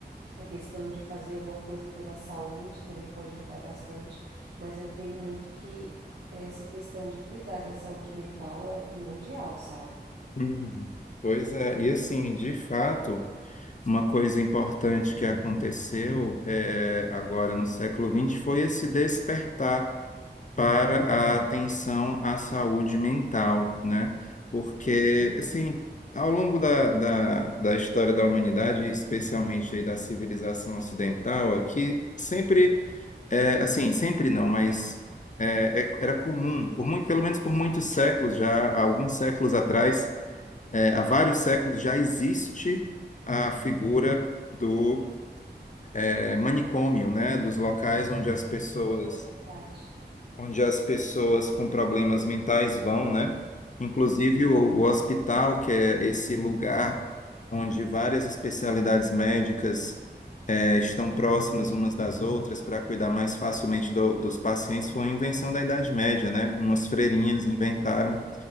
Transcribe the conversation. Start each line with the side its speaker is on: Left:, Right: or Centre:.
Right: a questão de fazer alguma coisa pela saúde também pode ajudar bastante, mas eu creio muito que essa questão de cuidar da saúde mental é o primordial, sabe?
Left: Uhum. Pois é, e assim, de fato, uma coisa importante que aconteceu é, agora no século vinte foi esse despertar para a atenção à saúde mental, né? Porque,
Right: Uhum.
Left: assim, ao longo da, da, da história da humanidade, especialmente aí da civilização ocidental, aqui sempre É, assim, sempre não, mas é, é- era comum, por muito, pelo menos por muitos séculos já, há alguns séculos atrás, é, há vários séculos já existe a figura do é, manicômio, né, dos locais onde as pessoas
Right: Ah, é verdade.
Left: onde as pessoas com problemas mentais vão, né? Inclusive
Right: Uhum,
Left: o, o hospital, que é esse lugar onde várias especialidades médicas eh, estão próximas umas das outras para cuidar mais facilmente do- dos pacientes, foi uma invenção da Idade Média, né? Umas freirinhas
Right: uhum,
Left: inventaram